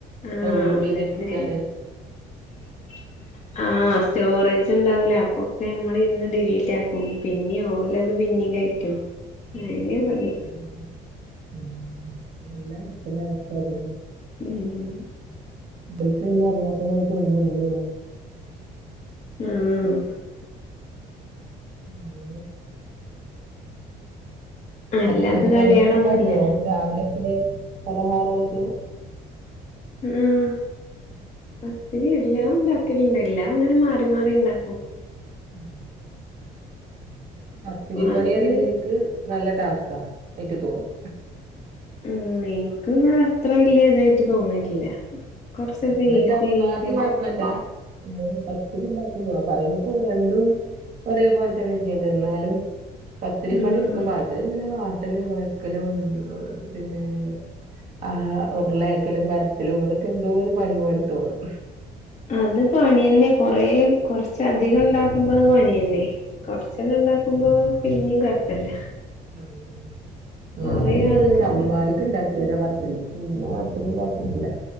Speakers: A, on the left; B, on the right.
A: ആഹ്
B: ഡൗൺലോഡയ്ത്
A: അതന്നെ
B: ഇട്ക്കാണ്
A: <inaudible> ആഹ് സ്റ്റോറേജ് ഇണ്ടാവൂല അപ്പൊക്കെ നമ്മള് ഇരുന്ന് ഡിലീറ്റ് ആക്കും പിന്നിം ഓലത് പിന്നിം കയ റ്റും
B: ഉം.
A: അതന്നെ പണി
B: പിന്നെ, ഉം എല്ല കുട്ടികളേം അവസ്ഥ അതെന്നെ
A: ഉം
B: ബൽക്കയിൽ അറിയാത്തതായിട്ട് ഒന്നുല്ലേനും
A: ആഹ് ആഹ്
B: ഹലോ
A: അല്ലാത്ത
B: പത്തിരി
A: കളികളൊന്നും
B: അങ്ങനെയൊക്കെ ഇണ്ടാക്കോ
A: ഇല്ലല്ലോ
B: രാവിലക്ക് പലഹാരായിട്ട്
A: ഉം പത്തിരി എല്ലാം ഉണ്ടാക്കലുണ്ട് എല്ലാം അങ്ങനെ മാറി മാറി ഇണ്ടാക്കും
B: ഉം പത്തിരിപ്പണി
A: അത്
B: അറിയുന്നത് ഇൻക്ക് നല്ല ടാസ്ക്കാ ആയിട്ട് തോന്നും
A: ഉം ഇൻക്ക് ന്നാ അത്ര വല്ല്യ ഇതായിട്ട് തോന്നലില്ല കൊറച്ചൊക്കെ
B: ന്ന
A: ഈസി
B: ചപ്പാത്തി
A: ആയിട്ട്
B: കൊഴപ്പല്ല പത്തിരി ഇണ്ടാക്കുന്നു പറയുമ്പോക്ക് അത് രണ്ടും ഒരേ പോലെ തന്നെ ചെയ്യേണ്ടത് ന്നാലും പത്തിരി
A: ആഹ്
B: പണി എടുക്കും ബാ അത് ഇങ്ങനെ വാട്ടലും കൊയക്കലും പിന്നെ ആ ഉരുളേക്കലും പരത്തലും അതൊക്കെ എന്തോ ഒരു പണി പോലെ തോന്നും
A: അത് പണി തന്നെ കൊറെ കൊറച്ച അധികം ഉണ്ടാക്കുമ്പോ അത് പണിയന്നെ കൊറച്ചൊക്കെ ഉണ്ടാക്കുമ്പോ പിന്നിം കൊഴപ്പല്ല
B: ആഹ്
A: കൊറേ
B: ഞാന്
A: ആൾക്ക്
B: റമളാന്
A: ഇണ്ട
B: ക്ക് ഇണ്ടാക്കിയതാ പത്തിരി പിന്നെ പത്തിരി ഇണ്ടാക്കിയിട്ടില്ല